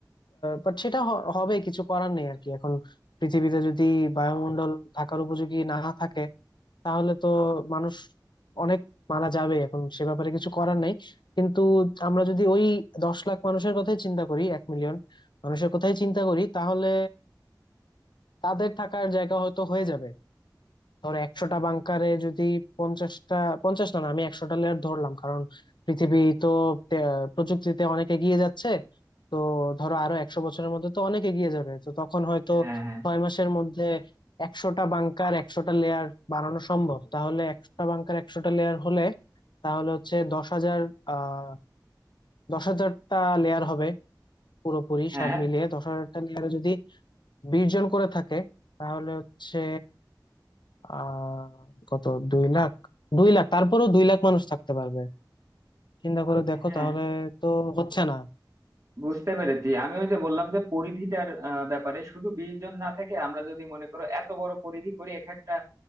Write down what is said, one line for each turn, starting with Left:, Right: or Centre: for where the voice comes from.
Left: বাট সেটা হ- হবে কিছু করার নেই আর কি এখন পৃথিবীতে যদি বায়ুমণ্ডল থাকার উপযোগী না থাকে তাহলে তো মানুষ অনেক মারা যাবে এখন সে ব্যাপারে কিছু করার নাই কিন্তু আমরা যদি ওই দশ লাখ মানুষের কথাই চিন্তা করি এক মিলিয়ন মানুষের কথাই চিন্তা করি তাহলে তাদের থাকার জায়গা হয়তো হয়ে যাবে ধরো একশোটা বাংকারে যদি পঞ্চাশটা পঞ্চাশ না না, আমি একশোটা লেয়ার ধরলাম কারণ পৃথিবী তো তে- প্রযুক্তিতে অনেক এগিয়ে যাচ্ছে তো ধরো আরো একশো বছরের মধ্যে তো অনেক এগিয়ে যাবে তো তখন হয়তো
Right: হ্যাঁ হ্যাঁ
Left: ছয় মাসের মধ্যে একশোটা বাংকার একশোটা লেয়ার বানানো সম্ভব তাহলে একশোটা বাংকার একশোটা লেয়ার হলে তাহলে হচ্ছে দশ হাজার আহ দশ হাজারটা লেয়ার হবে পুরোপুরি
Right: হ্যাঁ
Left: সব মিলিয়ে দশ হাজারটা লেয়ারে যদি বিশ জন করে থাকে তাহলে হচ্ছে আহ কত দুই লাখ দুই লাখ তারপরেও দুই লাখ মানুষ থাকতে পারবে চিন্তা করে দেখো
Right: হ্যাঁ
Left: তাহলে তো হচ্ছে না
Right: বুঝতে পেরেছি আমি ওই যে বললাম যে পরিধিটার আহ, ব্যাপারে শুধু বিশ জন না থেকে আমরা যদি মনে করো এত বড় পরিধি করি এক একটা